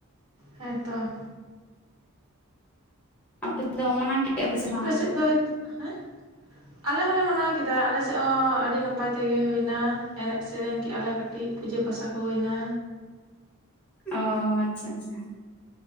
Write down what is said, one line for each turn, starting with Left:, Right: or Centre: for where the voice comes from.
Right: ᱦᱮᱸᱛᱚ
Centre: ᱟᱯᱮ ᱠᱚᱫᱚ ᱢᱟᱱᱟᱣ ᱠᱮᱫᱼᱟ ᱯᱮ ᱥᱮ ᱵᱟᱝ
Right: <unintelligible> ᱟᱞᱮ ᱦᱚᱸᱞᱮ ᱢᱟᱱᱟᱣ ᱠᱮᱫᱟ ᱟᱞᱮ ᱥᱮᱫ ᱦᱚᱸ ᱟᱹᱰᱤ ᱱᱟᱯᱟᱭ ᱱᱟᱯᱟᱭ ᱛᱮᱜᱮ ᱦᱩᱭᱱᱟ ᱮᱱᱮᱡ ᱥᱮᱨᱮᱧ ᱠᱮᱜ ᱟᱞᱮ ᱠᱟᱹᱴᱤᱡ ᱯᱩᱡᱟᱹ ᱯᱟᱥᱟ ᱠᱚ ᱦᱩᱭᱮᱱᱟ
Centre: ᱚ ᱟᱪᱪᱷᱟ ᱟᱪᱪᱷᱟ